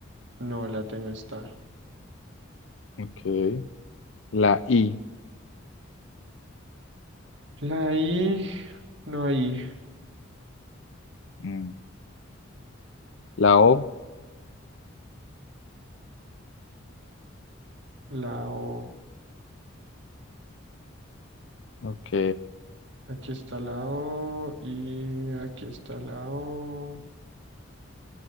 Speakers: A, on the right (about 60°); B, on the left (about 65°).
A: No, la T no está.
B: Ok. La I.
A: La I. No hay.
B: Mm, La O.
A: La O.
B: Ok.
A: Aquí está la O. Y aquí está la O.